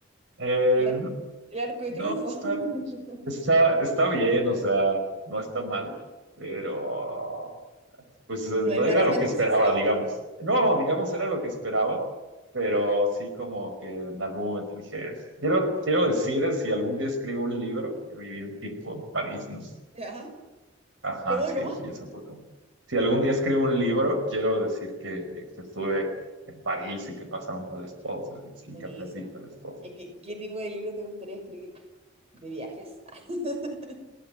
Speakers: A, on the right; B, on the right.
A: Eh,
B: El, ar-
A: no,
B: el arco de
A: no,
B: triunfo.
A: está,
B: <laughs>
A: Está, está bien, o sea, no está mal, pero pues eh,
B: No
A: pues,
B: es la
A: era
B: romantización.
A: lo que esperaba, digamos. No, digamos, era lo que esperaba, pero sí como que en algún momento dije, quiero, quiero decir, si algún día escribo un libro, que viví un tiempo en París, ¿no?
B: ¿Ya?
A: Ajá,
B: ¿Cómo,
A: sí,
B: cómo?
A: sí, eso fue como- Si algún día escribo un libro, quiero decir que, que estuve en París y que pasaron tales cosas y así,
B: Buenísima.
A: que aprendí tales cosas.
B: ¿Y qué, qué tipo de libro te gustaría escribir? ¿De viajes? <laughs>